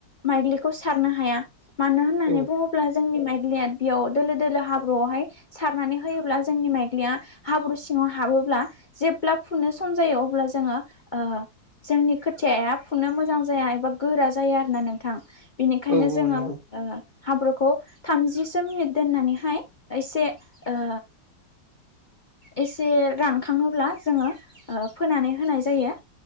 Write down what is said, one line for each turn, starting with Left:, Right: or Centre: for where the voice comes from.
Left: माइग्लिखौ सारनो हाया मानो होननानै
Right: औ
Left: बुङोब्ला जोंनि माइग्लिया बेयाव दोलो दोलो हाब्रुआवहाय सारनानै होयोब्ला जोंनि माइग्लिया हाब्रु सिङाव हाबोब्ला जेब्ला फुनो सम जायो अब्ला जोङो ओ जोंनि खोथिया फुनो मोजां जाया एबा गोरा जायो आरो ना नोंथां। बेनिखायनो
Right: औ औ
Left: जोङो
Right: नंगौ
Left: ओ हाब्रुखौ थामजिसो मिनिट दोननानैहाय एसे ओ एसे रानखाङोब्ला जोङो ओ फोनानै होनाय जायो।